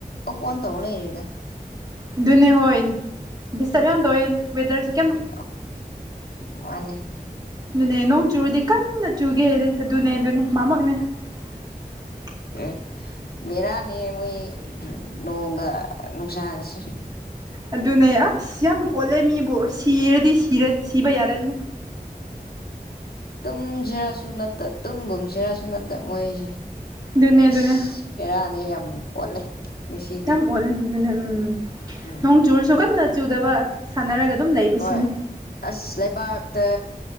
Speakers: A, on the left; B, on the right.
A: ꯑꯣꯐ ꯑꯣꯟ ꯇꯧꯔꯥ ꯂꯩꯔꯦꯗ
B: ꯑꯗꯨꯅꯤ ꯍꯣꯏ ꯗꯤꯁꯇꯕ ꯌꯥꯝ ꯇꯧꯔꯦ ꯋꯦꯗꯔꯁꯦ
A: ꯍꯣꯏ ꯍꯣꯏ ꯃꯥꯅꯦ
B: ꯑꯗꯨꯅꯦ ꯅꯣꯡ ꯆꯨꯔꯗꯤ ꯀꯟꯅ ꯆꯨꯒꯦꯗꯤ ꯑꯗꯨꯅꯦ ꯑꯗꯨꯅꯦ ꯃꯥꯃꯛꯅꯦ <inaudible>
A: ꯑꯦ ꯕꯦꯔꯥꯅꯤ ꯃꯣꯏ ꯅꯣꯡꯒꯥ ꯅꯨꯡꯁꯥꯒꯥꯁꯦ
B: ꯑꯗꯨꯅꯦ ꯑꯁ ꯌꯥꯝ ꯑꯣꯠꯂꯦ ꯃꯤꯕꯨ ꯁꯤꯔꯗꯤ ꯁꯤꯔ ꯁꯤꯕ ꯌꯥꯔꯅꯤ
A: ꯇꯨꯝꯖꯤꯔꯁꯨ ꯅꯠꯇꯥ ꯇꯨꯝꯒꯨꯝꯁꯤꯔꯁꯨ ꯅꯠꯇꯥ ꯃꯣꯏꯁꯦ
B: ꯑꯗꯨꯅꯦ ꯑꯗꯨꯅꯦ
A: ꯑꯁ ꯕꯦꯔꯥꯅꯤ ꯌꯥꯝ ꯑꯣꯠꯂꯦ ꯉꯁꯤꯗꯤ
B: ꯌꯥꯝ ꯑꯣꯂꯤ ꯑꯗꯨꯅꯦ ꯎꯝ
A: ꯎꯝ
B: ꯅꯣꯡ ꯆꯨꯔꯁꯨ ꯀꯟꯅ ꯆꯨꯗꯕ ꯁꯥꯟꯅꯔꯥꯒ ꯑꯗꯨꯝ ꯂꯩꯕꯁꯤꯅꯤ
A: ꯍꯣꯏ ꯑꯁ ꯂꯩꯕꯥꯛꯇꯥ